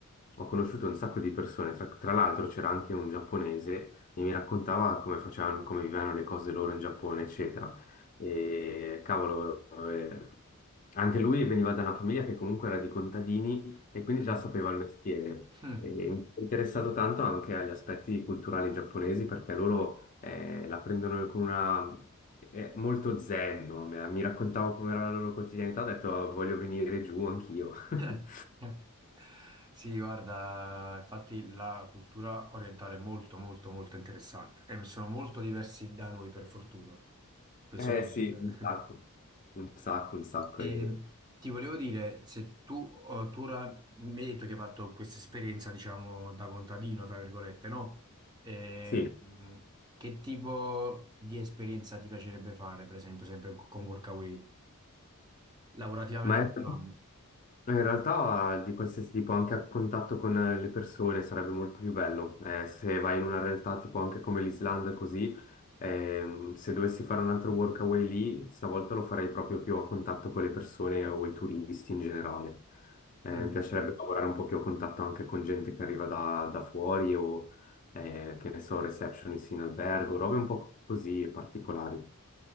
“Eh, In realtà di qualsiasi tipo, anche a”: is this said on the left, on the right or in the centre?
Left